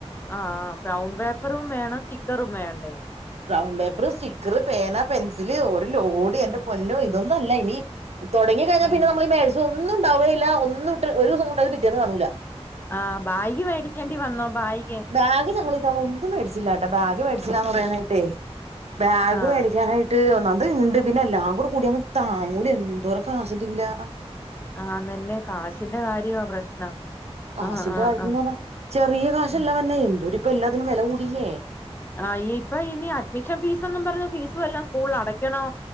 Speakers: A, on the left; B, on the right.
A: ആഹ ബ്രൗൺ പേപ്പറും വേണം സ്റ്റിക്കറും വേണ്ടേ
B: ബറൗൺ പേപ്പറ് സ്റ്റിക്കറ് പേന പെൻസില് ഒരു ലോഡ് എന്റെ
A: ഉം,
B: പൊന്നോ ഇതൊന്നുംല്ല ഇനി തൊടങ്ങി കഴിഞ്ഞാ
A: ഉം.
B: പിന്നെ നമ്മള് ഈ പേഴ്സ് ഒന്നും ഉണ്ടാവുകയില്ല ഒന്നുംട്ട് ഒരുസം കൊണ്ട് അത് പിറ്റേന്നന്ന് കാണൂല്ല
A: ആ ബാഗി മേടിക്കേണ്ടി വന്നോ ബായി
B: ബാഗ് ഞങ്ങളിത്തവണ ഒന്നും മേടിച്ചില്ലാട്ടാ ബാഗ് മേടിച്ചില്ലന്ന് പറയാന കേട്ടൊ ബാഗ്
A: ആഹ്.
B: മേടിക്കാനായിട്ട് ണ്ട് ഒന്നാമത് ഇണ്ട് പിന്നെ എല്ലാം കൂടെ കൂടിയകുമ്പോ താങ്ങൂല എന്തോരം കാശുതെകയൂലാ
A: ആഹ് അന്നല്ലേ കാശിന്റെ കാര്യവാ പ്രശ്നം
B: കാശിന്റെ
A: ആഹ്, ആഹ്,
B: കാര്യത്തിന്ന്
A: ആഹ്.
B: പറഞ്ഞാ ചെറിയ കാശ്ല്ല
A: ഉം.
B: വന്നെ എന്തോ ഇപ്പൊ എല്ലാത്തിനും വില കൂടീലേ
A: ആഹ് ഇപ്പൊ ഇനി അഡ്മിഷൻ ഫീസൊന്നും പറഞ്ഞ ഫീസും എല്ലാം സ്കൂളിൽ അടയ്ക്കണോ